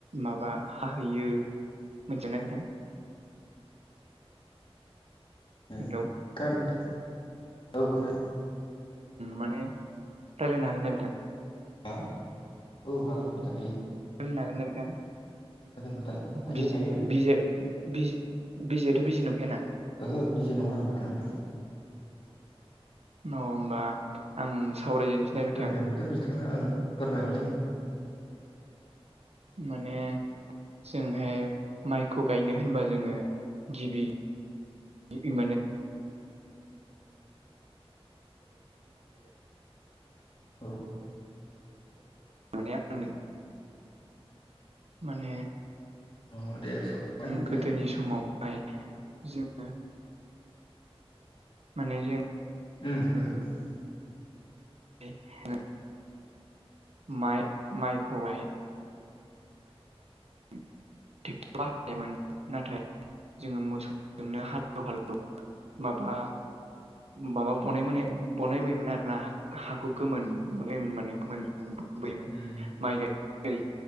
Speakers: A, on the right (about 90°); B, on the left (about 55°).
A: माबा हाहैयो मिथियाना नोंथां?
B: खोनादों
A: हेलौ
B: नोंथां? औ खोनादों
A: माने रायज्लायनो हागोन ना बिथां?
B: हो औ हागोन बिथां हायो‌।
A: होननो हागोन ना बिथां?
B: बिथां हायो
A: बिजि
B: हायो
A: बिजि बिजि बिजिथ' बिजि नंखायाना?
B: ओहो बिजि नङा आं नोंथां।
A: औ होनमबा आं सावरायजेनसै ना बिथां
B: फोरमायहरदो बिथाङा ओं फोरमायहरदो ओं।
A: माने जोंहाय माइखौ गायनो होनबा जोङो गिबि <unintelligible> <unintelligible> मोजां
B: औ
A: मोना आं माने
B: अ दे सावरायगोन बिथां
A: गोदोनि समावहाय जोङो माने जों
B: <unintelligible>
A: <inaudible> माइ माइखौहाय <unintelligible> ट्रेक्टर हायामोन नाथाय जोङो मोसौजोंनो हालौ हालौ माबा माबा बनाय बानायबोयोमोन आरोना हा हाखौ गोमोन बनायोमोन माने गोमोन बोयोमोन
B: उम
A: माइ गाय